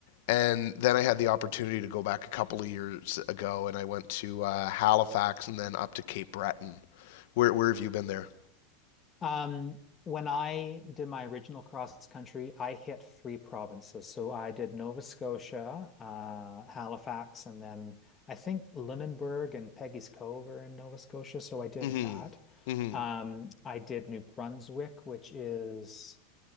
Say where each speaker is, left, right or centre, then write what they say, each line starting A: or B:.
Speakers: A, on the left; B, on the left.
A: and then I had the opportunity to go back a couple of years ago, and I went to uh, Halifax and then up to Cape Breton. Where where have you been there?
B: Um, when I did my original cross country, I hit three provinces. So I did Nova Scotia, uh, Halifax, and then I think Lunenburg and Peggy's Cove are in Nova Scotia. So I did
A: Mm-hmm.
B: that.
A: Mm-hmm.
B: Um, I did New Brunswick, which is